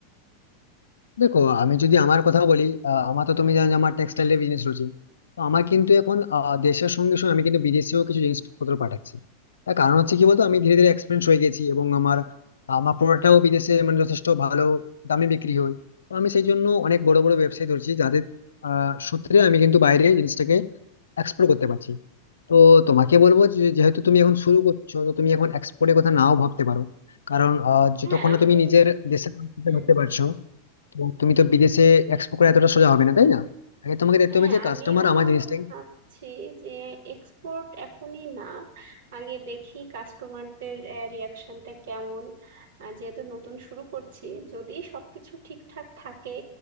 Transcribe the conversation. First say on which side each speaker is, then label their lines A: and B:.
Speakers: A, on the left; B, on the right.
A: দেখো আমি যদি আমার কথা বলি আহ, আমার তো তুমি জানো যে আমার টেক্সটাইলের বিজনেস রয়েছে তো আমার কিন্তু এখন আহ, দেশের সঙ্গে সঙ্গে আমি কিন্তু বিদেশেও কিছু জিনিসপত্র পাঠাচ্ছি তার কারণ হচ্ছে কি বলতো আমি ধীরে ধীরে এক্সপিরিয়েন্স হয়ে গেছি এবং আমার আমার প্রোডাক্টটাও বিদেশে মানে যথেষ্ট ভালো দামে বিক্রি হয় তো আমি সেই জন্য অনেক বড় বড় ব্যবসায়ী ধরছি যাদের আহ সূত্রে আমি কিন্তু বাইরে জিনিসটাকে এক্সপোর্ট করতে পারছি তো তোমাকে বলবো যে যেহেতু তুমি এখন শুরু করছো তো তুমি এখন এক্সপোর্টের কথা নাও ভাবতে পারো কারণ আহ যতক্ষণ
B: হ্যাঁ
A: না
B: আমি
A: তুমি নিজের দেশের মাটিতে
B: হুম
A: ধরতে পারছো তো তুমি তো বিদেশে এক্সপোর্ট করে এতটা সোজা হবে না তাই না আগে তোমাকে দেখতে
B: হ্যাঁ
A: হবে যে কাস্টমার
B: আমিও
A: আমার জিনিসটাকে
B: ভাবছি যে এক্সপোর্ট এখনই না আগে দেখি কাস্টমারদের রিয়াকশনটা কেমন আহ, যেহেতু নতুন শুরু করছি যদি সবকিছু ঠিকঠাক থাকে